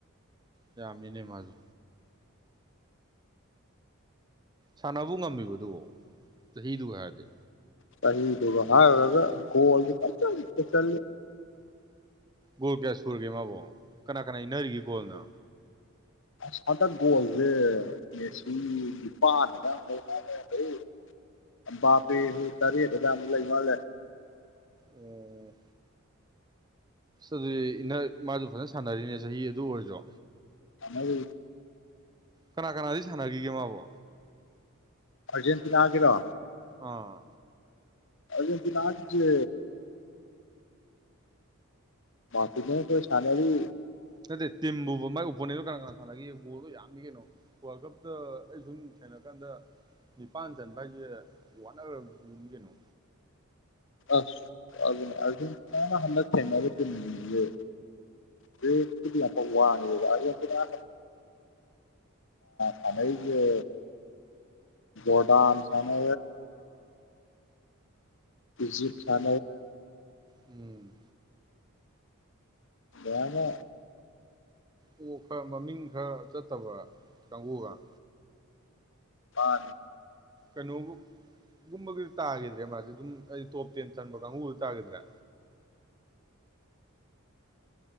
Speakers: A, on the right; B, on the left.
A: ꯐꯥꯅꯥ ꯌꯥꯝꯃꯤꯅꯦ ꯃꯁꯨ ꯁꯥꯟꯅꯕꯕꯨ ꯉꯝꯃꯤꯕꯣ ꯗꯨꯕꯨ ꯆꯍꯤꯗꯨꯒ ꯍꯥꯏꯔꯗꯤ
B: ꯆꯍꯤꯗꯨꯒ ꯍꯥꯏꯥꯡꯔꯨꯔꯒ ꯒꯣꯜꯗꯨ ꯐ ꯆ
A: ꯒꯣꯜ ꯀꯌꯥ ꯁꯨꯔꯒꯦ ꯃꯥꯕꯨꯣ ꯀꯅꯥ ꯀꯅꯥ ꯏꯅꯔꯤꯒꯦ ꯒꯣꯜꯅꯣ
B: ꯑꯁꯥꯗ ꯒꯣꯜꯁꯦ ꯃꯦꯁꯤ ꯅꯤꯄꯥꯟꯅꯒ ꯂꯩ ꯃꯥꯅꯦ ꯑꯩ ꯄꯥꯄꯤꯁꯨ ꯇꯔꯦꯠ ꯈꯨꯗꯥꯃꯨꯛ ꯂꯩ ꯃꯥꯜꯂꯦ
A: ꯑꯣꯝ ꯑꯗꯨꯗꯤ ꯏꯟꯅ ꯃꯥꯁꯨ ꯐꯖꯅ ꯁꯥꯟꯅꯔꯤꯅꯦ ꯆꯍꯤ ꯑꯗꯨ ꯑꯣꯏꯔꯗꯣ
B: ꯑ
A: ꯀꯅꯥ ꯀꯅꯥꯗꯒꯤ ꯁꯥꯟꯅꯈꯤꯒꯦ ꯃꯥꯕꯣ
B: ꯑꯔꯖꯦꯟꯇꯤꯅꯥꯒꯤꯔꯣ
A: ꯑꯥ
B: ꯑꯔꯖꯦꯟꯇꯤꯅꯥ ꯁꯦ ꯃꯜꯇꯤꯅꯦꯟ ꯈꯣꯏ ꯁꯟꯅꯔꯤ
A: ꯅꯠꯇꯦ ꯇꯤꯝꯕꯨꯕ ꯃꯒꯤ ꯑꯣꯄꯣꯅꯦꯟꯗꯣ ꯀꯅꯥ ꯀꯅꯥ ꯁꯥꯟꯅꯈꯤꯒꯦ ꯕꯣꯜꯗꯣ ꯌꯥꯝꯃꯤ ꯀꯩꯅꯣ ꯋꯥꯔꯜ ꯀꯞꯇ ꯑꯩ ꯁꯨꯝ ꯊꯦꯡꯅ ꯀꯥꯟꯗ ꯅꯤꯄꯥꯟ ꯆꯟꯕ ꯍꯥꯏꯁꯦ ꯋꯥꯠꯅꯔꯝꯈꯤꯅꯤ ꯀꯩꯅꯣ
B: ꯑꯁ ꯑꯗꯨꯅꯤ ꯑꯥꯔꯖꯦꯟꯇꯤ ꯅꯅꯥ ꯍꯟꯗꯛ ꯊꯦꯡꯅꯩ ꯇꯤꯝ ꯁꯨꯡꯁꯤꯗꯤ ꯗꯦꯁꯨꯗꯤ ꯌꯥꯝꯐꯛ ꯋꯥꯡꯉꯦꯕꯈꯣꯏ ꯑ ꯁꯅꯒꯤꯦ ꯣꯗꯥꯥꯟ ꯁꯅ ꯖꯤꯞ ꯁ
A: ꯎꯝ
B: ꯌꯥꯅꯦ
A: ꯑꯣ ꯈꯔ ꯃꯃꯤꯡ ꯈꯔ ꯆꯠꯇꯕ ꯀꯥꯡꯕꯨꯒ
B: ꯃꯥ
A: ꯀꯩꯅꯣꯒꯒꯨꯝꯕꯒꯤꯗꯤ ꯇꯥꯈꯤꯗ꯭ꯔꯦ ꯃꯥꯁꯦ ꯑꯗꯨꯝ ꯑꯩ ꯇꯣꯞ ꯇꯦꯟ ꯆꯟꯕ ꯀꯥꯡꯕꯨꯗ ꯇꯥꯈꯤꯗ꯭ꯔꯥ